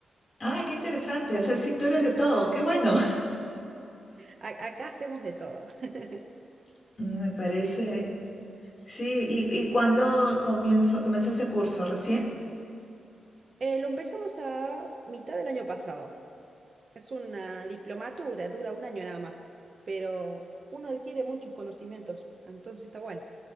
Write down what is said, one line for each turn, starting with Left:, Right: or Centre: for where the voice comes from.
Left: Ah, qué interesante. O sea, sí, tú eres de todo. Qué bueno.
Right: A- acá hacemos de todo. <laughs>
Left: <laughs> Me parece.
Right: Sí, sí.
Left: Sí, ¿y, y cuándo comienzo, comenzó ese curso? ¿Recién?
Right: Eh, lo empezamos a mitad del año pasado. Es una diplomatura, dura un año nada más, pero uno adquiere muchos conocimientos, entonces está bueno.